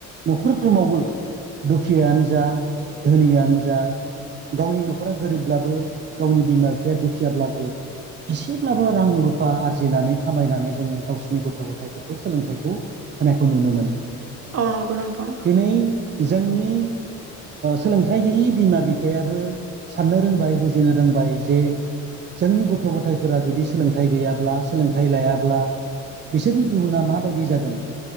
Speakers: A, on the right; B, on the right.
A: न'खरफ्रावबो दुखियानो जा धोनियानो जा गावनि न'खरा गोरिबब्लाबो गावनि बिमा बिफाया दुखियाब्लाबो इसेब्लाबो बो रां रुफा आरजिनानै खामायनानै जोङो गावसोरनि गथ' गथायफोरखौ सोलोंथाइखौ होनायखौ नुनो मोनो
B: औ नंगौ नोंथां
A: दिनै जोंनि सोलोंथाइ गैयै बिमा बिफायाबो साननो रोंबाय बुजिनो रोंबाय जे जोंनि गथ' गथायफोरा जुदि सोलोंथाइ गैयाब्ला सोलोंथाइ लायाब्ला बिसोरनि इयुना माबायदि जागोन